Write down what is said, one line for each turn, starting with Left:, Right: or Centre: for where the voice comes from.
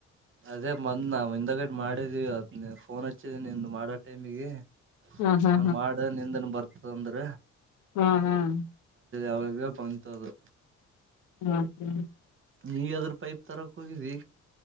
Right: ಅದೇ ಬಂದ್ ನ ಹಿಂದಗಡೆ ಮಾಡಿದೀವಿ ಫೋನ್ ಹಚ್ಚಿದೀ ನಿ ಮಾಡೋ ಟೈಮಿಗೆ
Left: ಹಾ ಹಾ
Right: ಹಂಗ್ ಮಾಡ ನಿಂದನ್ ಬರ್ತ ತೊಂದ್ರ
Left: ಹ್ಮ ಹ್ಮ್
Right: ಅವಗ ಬಂತದು
Left: ಹ್ಮ ಹ್ಮ್
Right: ನೀಗದ್ರ ಪೈಪ್ ತರಕ್ ಹೋಗಿದಿ